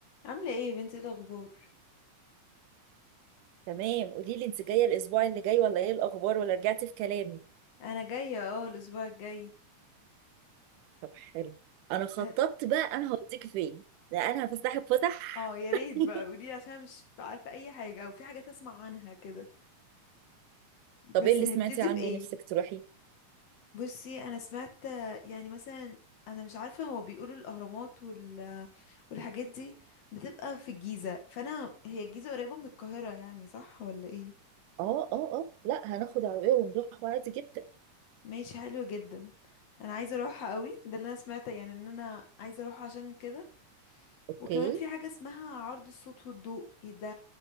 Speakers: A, on the left; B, on the right.
A: عاملة ايه يا بنتي ايه الأخبار؟
B: تمام قولي لي انت جايه الاسبوع اللي جاي ولا ايه الاخبار ولا رجعتي في كلامي
A: أنا جاية اه الأسبوع الجاي
B: طب حلو انا خططت
A: هت-
B: بقى انا هوديك فين لا انا هفسحك فسح
A: اه يا ريت
B: <laughs>
A: بقى قوليلي عشان مش عارفة أي حاجة أو في حاجات أسمع عنها كده بس
B: طب ايه اللي
A: هنبتدي
B: سمعتي عنه
A: بإيه؟
B: نفسك تروحي
A: بصي أنا سمعت يعني مثلا أنا مش عارفة هو بيقولوا الأهرامات وال والحاجات دي بتبقى في الجيزة فأنا هي الجيزة قريبة من القاهرة يعني صح ولا ايه؟
B: اه اه اه لا هناخد عربيه ونروح عادي جدا
A: ماشي حلو جدا أنا عايزة أروحها قوي ده اللي أنا سمعته يعني إن أنا عايزة أروحها عشان كده
B: اوكي
A: وكمان في حاجة اسمها عرض الصوت والضوء إيه ده